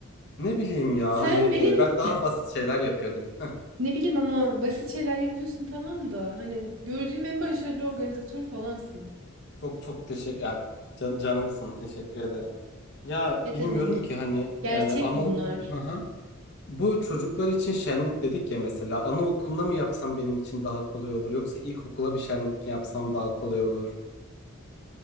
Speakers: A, on the left (about 55°); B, on the right (about 75°).
A: Ne bileyim ya
B: Sen
A: hani eee,
B: benim
A: ben daha
B: <clears throat>
A: basit şeyler yapıyordum.
B: <laughs> ne bileyim ama basit şeyler yapıyorsun tamam da hani gördüğüm en başarılı organizatör falansın.
A: <laughs> Çok çok teşekkür ya can- canımsın teşekkür ederim. Ya
B: Ne
A: bilmiyorum
B: demek?
A: ki hani
B: Gerçek
A: e, anaokul
B: bunlar.
A: hı hı. Bu çocuklar için şenlik dedik ya mesela anaokuluna mı yapsam benim için daha kolay olur yoksa ilkokula bir şenlik mi yapsam daha kolay olur.